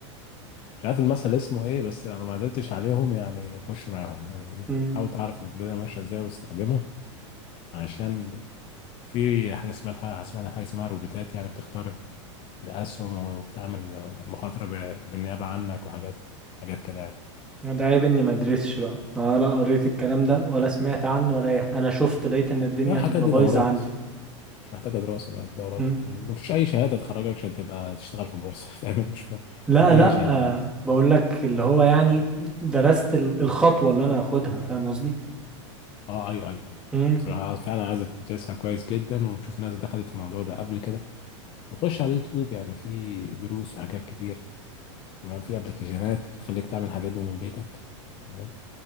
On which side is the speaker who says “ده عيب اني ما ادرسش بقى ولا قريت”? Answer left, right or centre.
Centre